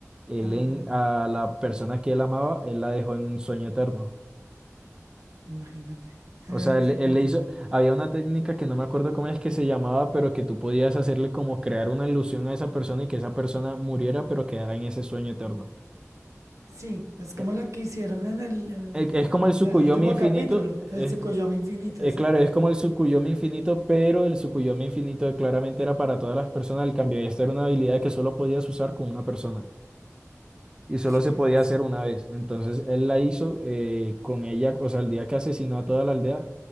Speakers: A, on the right; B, on the right.
A: él
B: ajá,
A: en, a la persona que él amaba, él la dejó en un sueño eterno.
B: imagínate,
A: O
B: en el,
A: sea, él,
B: en
A: él
B: el,
A: le hizo, había una técnica que no me acuerdo cómo es que se llamaba, pero que tú podías hacerle como crear una ilusión a esa persona y que esa persona muriera, pero quedara en ese sueño eterno.
B: sí, es como
A: Eh,
B: la que hicieron en el, en el,
A: eh, Es, como el Tsukuyomi
B: en el último
A: infinito,
B: capítulo,
A: es,
B: el Tsukuyomi infinita,
A: eh,
B: exacta.
A: claro, es como el Tsukuyomi infinito,
B: Sí.
A: pero el Tsukuyomi infinito claramente era para todas las personas, el cambio, esta era una habilidad que solo podías usar con una persona. y solo
B: Ush,
A: se
B: qué
A: podía
B: denso.
A: hacer una vez. Entonces él la hizo eh, con ella, o sea, el día que asesinó a toda la aldea,